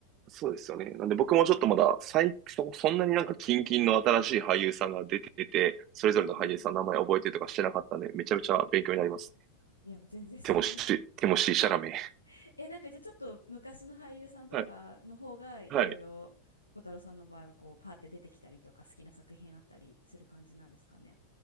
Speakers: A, on the right; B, on the left.
A: そうですよね。なんで僕もちょっとまだ、最、そ、そんなになんか近々の新しい俳優さんが出てて、それぞれの俳優さんの名前覚えてとかしてなかったんで、
B: うんうん。
A: めちゃめちゃ勉強になります。
B: いや、全然そんな
A: ティモシー、ティモシー・シャラメ。
B: <laughs> え、なんかじゃあちょっと昔の俳優さんとかの方がいろいろ、
A: はい。はい。
B: 小太郎さんの場合はこう、パーって出てきたりとか、好きな作品あったりする感じなんですかね。